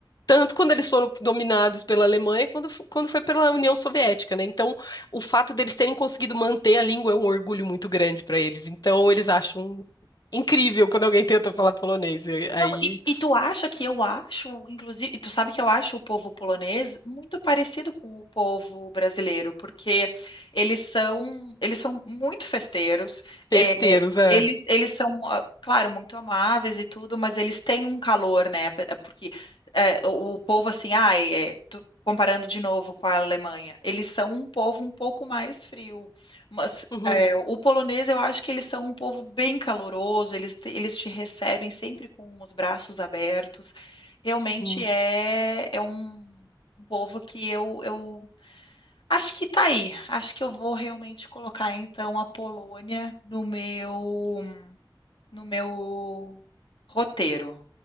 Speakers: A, on the left; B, on the left.
A: Tanto quando eles foram dominados pela Alemanha, quando, fo- quando foi pela União Soviética, né? Então, o fato deles terem conseguido manter a língua é um orgulho muito grande para eles. Então, eles acham incrível quando alguém tenta falar polonês. E Aí,
B: Não, e, e tu acha que eu acho, inclusive, e tu sabe que eu acho o povo polonês muito parecido com o povo brasileiro, porque eles são, eles são muito festeiros,
A: besteiros,
B: é,
A: é.
B: eles, eles são, ah, claro, muito amáveis e tudo, mas eles têm um calor, né? pe- Porque é, o, o povo, assim, ai, é, tu- comparando de novo com a Alemanha, eles são um povo um pouco mais frio, mas
A: Uhum,
B: é, o polonês, eu acho que eles são um povo bem caloroso, eles, te- eles te recebem sempre com os braços abertos. Realmente
A: sim.
B: é, é um, um povo que eu, eu acho que tá aí. Acho que eu vou realmente colocar então a Polônia no meu, no meu roteiro.